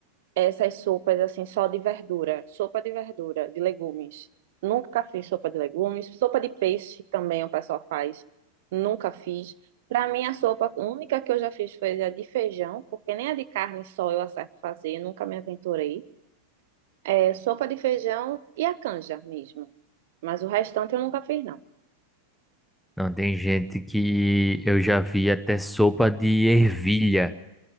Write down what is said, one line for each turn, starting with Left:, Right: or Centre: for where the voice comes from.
Right: essas sopas assim, só de verdura. Sopa de verdura, de legumes. Nunca fiz sopa de legumes. Sopa de peixe também o pessoal faz. Nunca fiz. Para mim, a sopa única que eu já fiz foi a de feijão, porque nem a de carne só eu acerto fazer, nunca me aventurei é, sopa de feijão e a canja mesmo. Mas o restante eu nunca fiz, não.
Centre: Não, tem gente que eu já vi até sopa de ervilha.